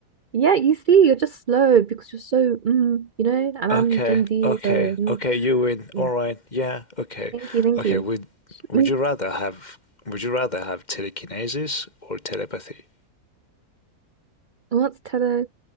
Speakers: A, on the right; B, on the left.
A: Yeah, you see, you're just slow because you're so, mm, you know, and
B: Okay,
A: I'm Gen Z,
B: okay,
A: so mm,
B: okay, you win.
A: yeah.
B: All right. Yeah, okay.
A: Thank you, thank
B: Okay,
A: you.
B: would would
A: <laughs>
B: you rather have would you rather have telekinesis or telepathy?
A: What's tele?